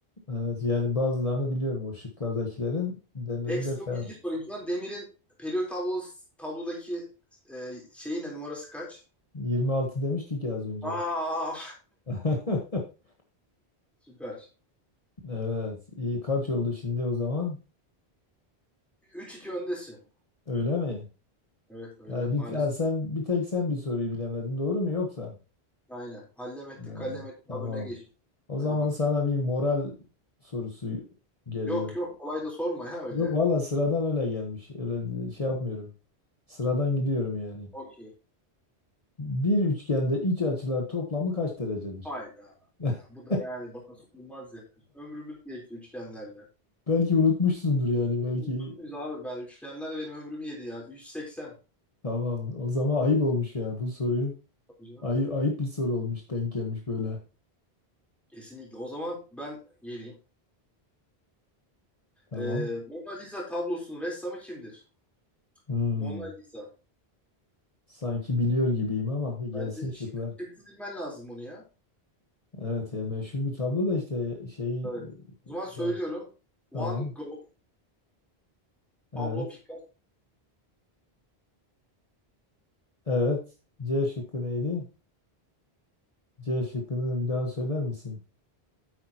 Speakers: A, on the left (about 35°); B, in the centre.
A: Evet yani bazılarını biliyorum o şıklardakilerin. Demir'in
B: Ekstra
A: de fel.
B: bilgi sorayım sana. Demirin periyot tablosu, tablodaki e, şeyi ne? Numarası kaç?
A: 26 demiştik ya az önce.
B: Aa
A: <laughs>
B: süper.
A: Evet. İyi kaç oldu şimdi o zaman?
B: Üç iki öndesin.
A: Öyle mi?
B: Evet öyle
A: Yani bir,
B: maalesef.
A: ha, sen bir tek sen bir soruyu bilemedin doğru mu yoksa?
B: Aynen. Hallem ettin
A: Ha,
B: kallem ettin
A: tamam.
B: abi öne geçtin.
A: O
B: Hadi
A: zaman
B: bakalım.
A: sana bir moral sorusu geliyor.
B: Yok yok kolay da sorma ya öyle.
A: Yok valla sıradan öyle gelmiş. Öyle şey yapmıyorum. Sıradan gidiyorum yani.
B: Okey.
A: Bir üçgende iç açılar toplamı kaç derecedir?
B: Hayda.
A: <laughs>
B: Ya, bu da yani bana sorulmaz ya. Ömrümüz geçti üçgenlerle.
A: Belki unutmuşsundur yani belki.
B: Unutur muyuz abi ben? Üçgenler benim ömrümü yedi ya. 380.
A: Tamam. O zaman ayıp olmuş ya bu soruyu.
B: Biliyorum.
A: Ayıp, ayıp bir soru olmuş denk gelmiş böyle.
B: Kesinlikle. O zaman ben geleyim.
A: Tamam.
B: Ee, Mona Lisa tablosunun ressamı kimdir?
A: Hmm.
B: Mona Lisa.
A: Sanki biliyor gibiyim ama bir gelsin
B: Bence
A: şıklar.
B: şık, şıksız bilmen lazım bunu ya.
A: Evet ya meşhur bir tablo da işte şeyi
B: Evet.
A: e,
B: O zaman söylüyorum.
A: bak
B: Van
A: tamam.
B: Gogh, Pablo
A: Evet.
B: Picasso,
A: Evet. C şıkkı neydi? C şıkkını bir daha söyler misin?